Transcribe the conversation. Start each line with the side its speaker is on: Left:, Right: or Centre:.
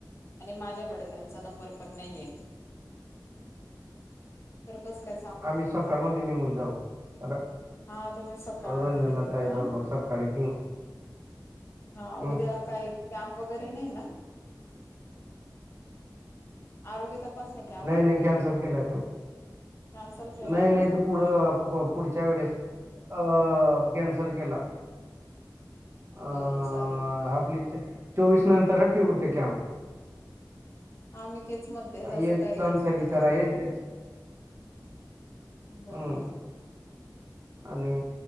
Left: आणि माझ्याकडे त्यांचा नंबर पण नाहीये. तर कस काय सांगू मी
Right: आम्ही सकाळमध्ये
Left: तुम्हाला.
Right: निघून जाऊ र-
Left: हा तुम्ही सकाळमध्ये
Right: रंजना
Left: निघून
Right: ताई
Left: आ.
Right: बरोबर सकाळी निघू
Left: हा
Right: हं.
Left: उद्या काय कॅम्प वगैरे नाही ना. आरोग्य तपासणी कॅम्प
Right: नाही नाही कॅन्सल केलाय तो.
Left: कॅन्सल केला
Right: नाही
Left: ना?
Right: नाही ते पुढं
Left: हम्म
Right: पुढच्या वेळेस. अ कॅन्सल केला. अ
Left: बरं चालेल
Right: आपली चोवीस नंतरच ठेवू ते कॅम्प.
Left: हा मी तेच म्हणते
Right: ह
Left: असं
Right: एक
Left: काही
Right: चांसलीच
Left: गडबड नका
Right: राहील
Left: करू.
Right: <unintelligible>
Left: बरोबर.
Right: हं आणि